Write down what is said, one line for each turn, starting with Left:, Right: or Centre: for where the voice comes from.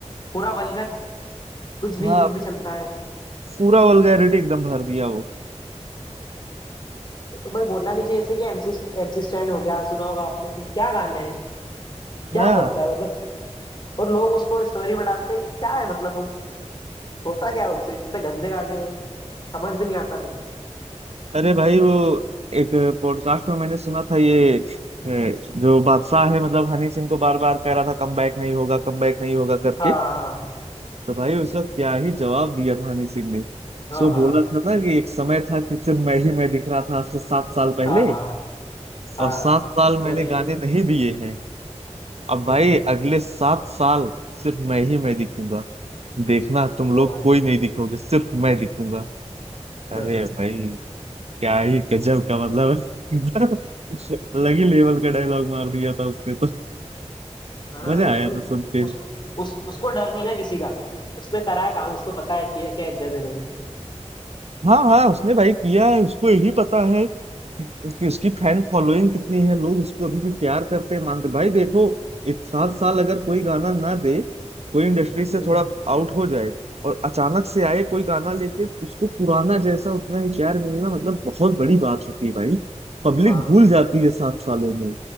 Left: पूरा वल्गर कुछ भी
Right: हाँ
Left: कुछ भी चलता है
Right: पूरा वल्गैरिटी एकदम भर दिया वो
Left: वो तो बस बोलना नहीं चाहिए जैसे कि एमसी एमसी स्टैंड हो गया सुना होगा आपने कि क्या गाने हैं क्या
Right: हाँ
Left: बोलता है मतलब और लोग उसको स्टोरी में डालते हैं क्या है मतलब वो- होता क्या है उससे इतने गंदे गाने हैं, समझ भी नहीं आता कुछ
Right: अरे भाई वो एक पॉडकास्ट में मैंने सुना था ये अ, जो बादशाह है मतलब हनी सिंह को बार बार कह रहा था कम बैक नहीं होगा कम बैक नहीं होगा करके
Left: हाँ
Right: तो भाई उसका क्या ही जवाब दिया था हनी सिंह ने
Left: हाँ
Right: सो
Left: हाँ
Right: बोला था ना कि एक समय था कि सिर्फ मैं ही मैं दिख रहा था आज से सात साल पहले
Left: हाँ हाँ हाँ
Right: और सात साल मैंने
Left: जब भी
Right: गाने
Left: कोई
Right: नहीं दिए हैं अब भाई
Left: <laughs>
Right: अगले सात साल सिर्फ मैं ही मैं दिखूंगा देखना तुम
Left: वो
Right: लोग
Left: बात
Right: कोई
Left: भी
Right: नहीं दिखोगे सिर्फ मैं दिखूंगा
Left: <laughs>
Right: अरे भाई क्या ही गजब का मतलब है। <laughs> अलग ही लेवल का डायलॉग मार दिया था उसने तो
Left: हाँ
Right: मजा
Left: वो
Right: आया
Left: तो
Right: था सुन के
Left: उस, उस उसको डर नहीं ना किसी का उसने करा है काम उसको पता है कि क्या इज्जत है मेरी
Right: हाँ हाँ उसने भाई किया है उसको यही पता है कि उसकी फैन फॉलोइंग कितनी है लोग उसको अभी भी प्यार करते हैं मानते भाई देखो एक सात साल अगर कोई गाना ना दे कोई इंडस्ट्री
Left: हम्म।
Right: से थोड़ा आउट हो जाए और अचानक से आए कोई गाना लेके उसको पुराना जैसा उतना ही प्यार मिलना मतलब बहुत बड़ी बात होती है भाई पब्लिक
Left: हाँ
Right: भूल जाती है सात सालों में